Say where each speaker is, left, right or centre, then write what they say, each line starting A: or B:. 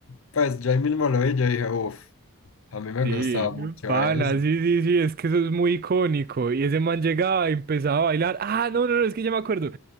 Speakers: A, on the left; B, on the right.
A: pues yo ahí mismo lo vi, yo dije, uff, a mí me
B: Sí,
A: gustaba mucho
B: pana,
A: eso.
B: sí, sí, sí, es que eso es muy icónico. Y ese man llegaba y empezaba a bailar. Ah, no, no, no, es que ya me acuerdo.